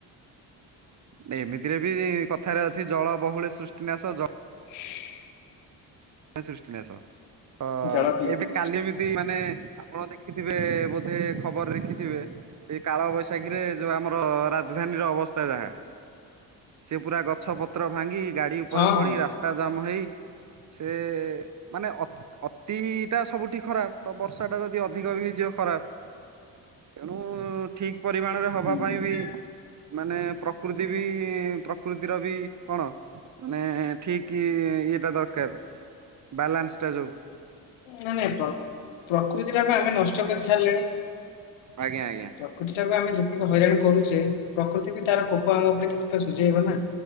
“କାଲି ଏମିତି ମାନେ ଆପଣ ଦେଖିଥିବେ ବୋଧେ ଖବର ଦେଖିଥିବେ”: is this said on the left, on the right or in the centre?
Right